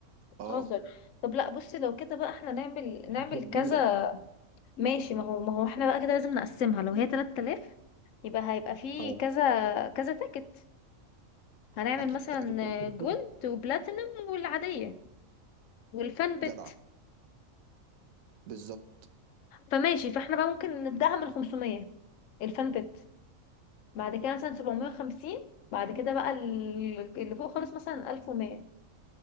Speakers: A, on the left; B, on the right.
A: بتهزر
B: اه
A: طب لا بص لو كده بقى احنا نعمل
B: حفله
A: نعمل
B: كبيره
A: كذا ماشي ما هو ما هو احنا بقى كده لازم نقسمها لو هي 3000 يبقى هيبقى في
B: اه
A: كذا كذا تيكت هنعمل
B: اكيد
A: مثلا
B: اكيد 3000
A: جولد
B: تيكت
A: وبلاتينم والعادية والفان بت
B: جدعه بالظبط
A: فماشي فاحنا بقى ممكن نبدأها من 500 الفان بت بعد كده مثلا 750 بعد كده بقى ال- اللي فوق خالص مثلا 1100